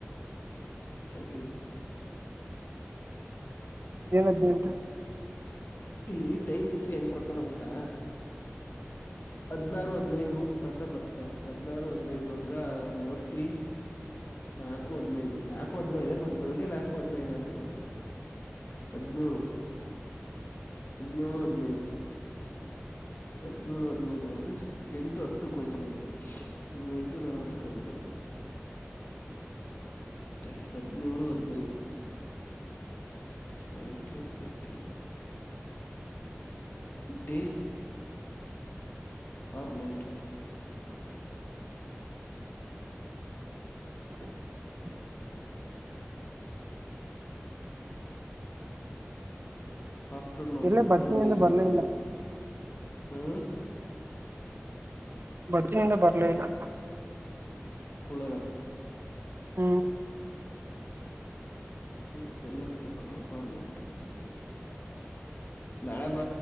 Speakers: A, on the left; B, on the right.
A: ತಡಿ
B: ಏನ ಹದ್ನೆಂಟ
A: ಇಲ್ಲಿ ಟೈಮಿಂಗ್ಸ್ ಹೆಂಗ್ ಕೊಡ್ತಾನ ಗೊತ್ತಾ ಹದ್ನಾರು ಹದ್ನೈದು ಅಂತ ಬತ್ತಾ ಹದ್ನಾರು ಹದ್ನೈದು ಅಂದ್ರ ಮೋಸ್ಟ್ಲಿ ನಾಲ್ಕು ಹದ್ನೈದು ನಾಲ್ಕು ಹದ್ನೈದೆ ಬಟ್ ಬೆಳಿಗ್ಗೆ ನಾಲ್ಕು ಹದ್ನೈದಾ ಅಂತ ಗೊತ್ತಿಲ್ಲ. ಹದ್ನೋಳು ಹದ್ನೊಳು ಹದ್ನೈದು. ಹದ್ನೊಳು ಹದ್ನೈದು ಅಂದ್ರೆ ಎಂಟು ಹತ್ತುಕ್ಕ ಹೋಯ್ತಾನೆಮ್ಮ. ಒಮ್ಮೆ ಎಂಟುನಲವತ್ತ ಅದಿರೋದು ತಡಿ ಹದ್ನೊಳು ಹದ್ನೈದು ಸೆವೆಂಟೀನ್ ಫಿಫ್ಟೀನ್. ಡೆ <unintelligible> ಆರ್ನೈಟ್.
B: ಹ್ಮ <inaudible>
A: ಆಫ್ಟರ್ನೂನ್
B: ಎಲ್ಲೇ ಬತ್ತಿನಿಂದ
A: ಅರ್ಲಿ ಈವ್ನಿಂಗ್
B: ಬರ್ಲೇ ಇಲ್ಲ
A: ಹು
B: ಬಚ್ಚಿನಿಂದ ಬರ್ಲೇ ಇಲ್ಲ.
A: ಕುಳ್ಳರಾ
B: ಹು.
A: ಟ್ವೆಲ್ ಓ ಕ್ಲಾಕ್ ಪ್ಯಾರಮೆಟ್ ನಾಳೆ ಬ